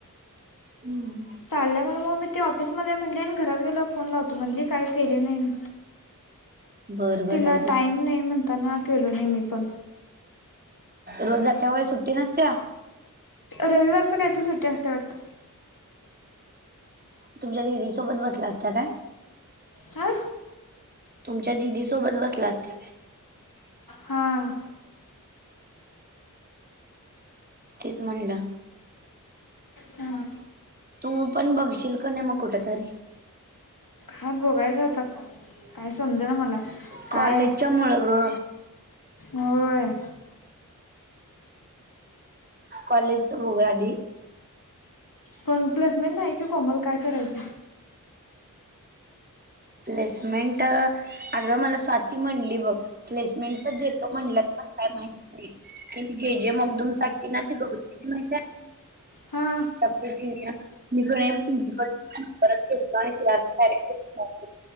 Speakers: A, on the right; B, on the left.
A: म्हणा
B: चाललं म्हण मग मी ती ऑफिसमध्ये म्हटली आणि घरात गेलो फोन लावतो म्हणली काही केली नाही.
A: बरं बरं
B: तिला
A: राहू दे
B: टाईम नाही म्हणताना केलो नाही मी पण.
A: रोज जाते व्हय सुट्टी नसत्या?
B: रविवारचं काय तर सुट्टी असत्या वाटतं.
A: तुमच्या दिदी सोबत बसला असता काय?
B: हां
A: तुमच्या दिदी सोबत बसला असत्या काय?
B: हां
A: तेच म्हणलं.
B: हां
A: तू पण बघशील का नाही मग कुठेतरी?
B: हा बोघायचं आता काय समजा ना मला. काय
A: कॉलेजच्या मुळ ग.
B: होय.
A: कॉलेज च बघूया आधी.
B: पण प्लेसमेंट नाही कि कोमल काय करायच?
A: प्लेसमेंट अगं मला स्वाती म्हणली बघ प्लेसमेंट पण देतो म्हणल्यात. काय माहिती नाही आणि जे जे मगदुम साठी ना ती गौरी माहित हाय.
B: हा
A: त्या मी की नाय प्रिन्सिपल कड परत केलतो आणि तिलाच